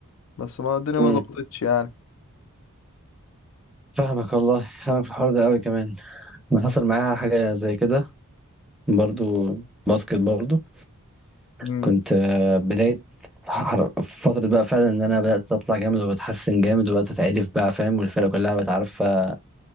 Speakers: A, on the left; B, in the centre.
A: بس ما الدنيا
B: امم
A: ما ظبطتش يعني
B: فاهمك والله فاهمك في الحوار ده قوي كمان أنا حصل معايا حاجه زي كده برضو باسكت برضو
A: امم
B: كنت آه، بداية حر- فترة بقى فعلا ان انا بدأت اطلع جامد وبتحسن جامد وبدأت اتعرف بقى فاهم والفرقة كلها بقت عارفة